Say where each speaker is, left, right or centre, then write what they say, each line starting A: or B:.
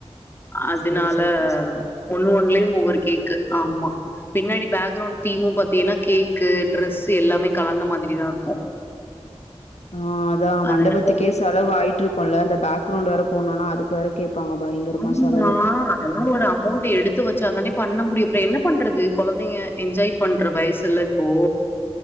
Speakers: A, on the left; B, on the left.
A: அதனால
B: சேரி சூப்பர் சூப்பர்
A: ஒண்ணு ஒண்ணுலயு ஒவ்வொரு கேக்கு ஆம்மா பின்னாடி பேக்ரவுண்ட் தீமு பாத்தீங்கன்னா கேக்கு ட்ரெஸ்சு எல்லாமே கலந்த மாதிரிதா இருக்கு
B: ஆ அதா
A: அதனால
B: மண்டபத்துக்கே செலவு ஆயிட்ருக்குல்ல அந்த பேக்ரவுண்ட் வேற போட்ணுனா அதுக்கு வேற கேட்பாங்க பயங்கரமா
A: ஆம்மா
B: செலவு.
A: அதல்லா ஒரு அமோண்ட்டு எடுத்து வச்சாதானே பண்ண முடியு அப்றோ என்ன பண்றது கொழந்தைங்க என்ஜாய் பண்ற வயசுல்ல இப்போ